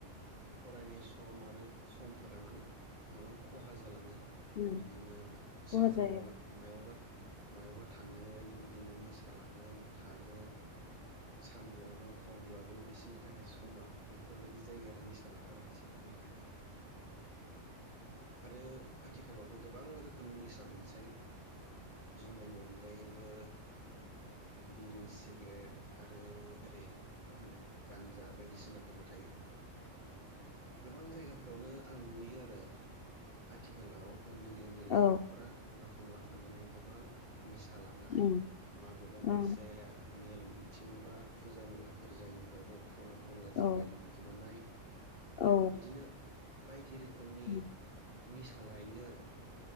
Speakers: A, on the right (about 35°); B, on the left (about 55°).
A: फरायनाय सम आरो समफोरा माने गोबां खहा जालाङो।
B: उम
A: बिदिनो
B: खहा
A: सान
B: जायो
A: हर मायावबा मायावबा थांगोन बिदिनो निसा लागोन। थागोन सानब्लाबो हरब्लाबो बिसोरनि थाखाय समान बेफोरबायदि जायो आरो निसा लाग्रा मानसिफोरनि थाखाय आरो आथिखालावथ' गोबां रोखोमनि निसा मोनसै जुमायनि अनगायैबो बिरि सिगारेट आरो ओरै मा होनो गानजा बायदिसिनाफोरबो थायो। गोबां जायगाफ्रावनो आं नुयो आरो। आथिखालाव उन्दै उन्दै
B: औ
A: लाइमोनफोरा खना खना खनला थानानै गोबां निसा लानाय
B: उम
A: माबेबा
B: उम
A: मोनसे मेल मिथिं बा फुजा मेलाफोर जायोब्लाबो खना खनला जोमाय
B: औ
A: लुंखुमानाय
B: औ
A: बिदिनो बायदिरोखोमनि
B: उम
A: रोखोमनि निसा लायो आरो